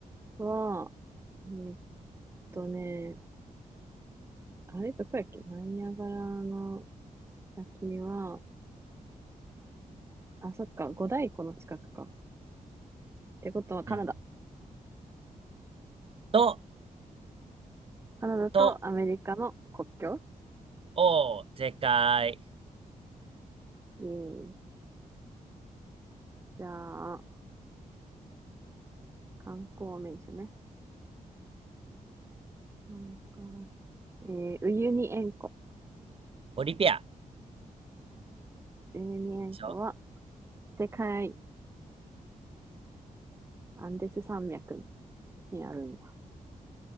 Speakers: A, on the right; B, on the right.
A: は、えーっとね、あれどこやっけナイアガラの滝は、あ、そっか、五大湖の近くか。ってことはカナダ。
B: うん。と、
A: カナダとアメリカの国境
B: と、おー、正解。
A: えー、じゃあ、観光名所ね。観光、えー、ウユニ塩湖。
B: オリピア。で
A: ウユニ塩湖は
B: しょ
A: 世界アンデス山脈にあるんだ。